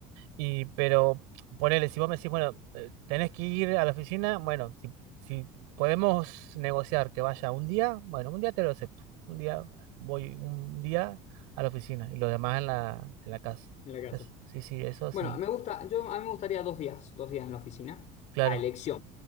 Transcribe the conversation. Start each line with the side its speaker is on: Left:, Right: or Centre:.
Right: Y, pero ponele, si vos me decís, bueno, eh, tenés que ir a la oficina, bueno, si, si podemos negociar que vaya un día, bueno, un día te lo acepto. Un día voy un día a la oficina y los demás en la, en la casa.
Left: en la casa.
Right: Eso- sí, sí, eso
Left: Bueno,
Right: sí.
Left: me gusta, yo a mí me gustaría dos días, dos días en la oficina,
Right: Claro,
Left: a elección.